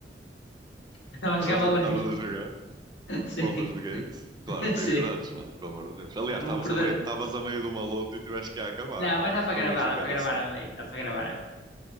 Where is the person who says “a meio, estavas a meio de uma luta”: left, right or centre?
Right